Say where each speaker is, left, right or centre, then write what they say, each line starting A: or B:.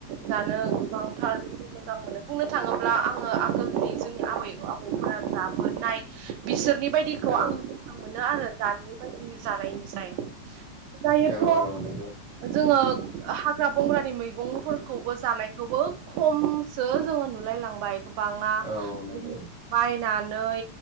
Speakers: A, on the right; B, on the right.
A: जानो गोबांथार बेखौ मोजां मोनो बुंनो थाङोब्ला आङो आगोलनि जोंनि आबै आबौ फोरा जाबोनाय बिसोरनि बायदिखौ
B: औ
A: आं मोनो आरो दानि बायदि जानायनिफ्राय जायोथ'
B: औ औ नंगौ
A: जोङो हाग्रा बंग्रानि मैगंफोरखौबो जानायखौबो खमसो जों जोङो नुलाय लांबाय गोबाङा
B: औ नंगौ
A: बेदि बायनानै